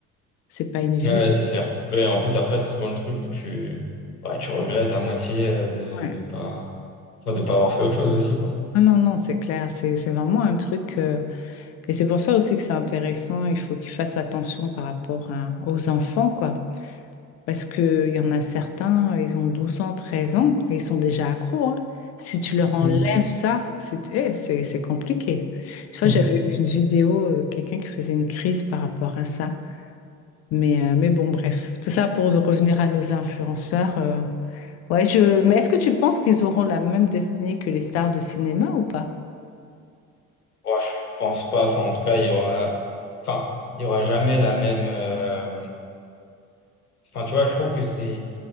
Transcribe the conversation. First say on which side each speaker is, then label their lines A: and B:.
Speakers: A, on the left (about 35°); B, on the left (about 85°).
A: C'est pas une vie.
B: Ouais, ouais, c'est clair. Ouais, en plus, après, c'est souvent le truc où tu, ouais, tu regrettes à moitié euh, de,
A: Ouais.
B: de pas, enfin, de pas avoir fait autre chose aussi, quoi.
A: Ah non, non, c'est clair. C'est, c'est vraiment un truc. euh, Et c'est pour ça aussi que c'est intéressant. Il faut qu'ils fassent attention par rapport à- aux enfants, quoi. Parce qu'il y en a certains, ils ont 12 ans, 13 ans, et ils sont déjà accros, hein. Si tu leur enlèves
B: Mm.
A: ça, c'est eh, c'est c'est compliqué. Une fois,
B: <laughs>
A: j'avais vu une vidéo, euh, quelqu'un qui faisait une crise par rapport à ça. Mais, euh, mais bon, bref, tout ça pour revenir à nos influenceurs. euh. Ouais, je... Mais est-ce que tu penses qu'ils auront la même destinée que les stars de cinéma ou pas?
B: Ouais, je pense pas. Enfin, en tout cas, il y aura, enfin, il y aura jamais la même, euh, enfin, tu vois, je trouve que c'est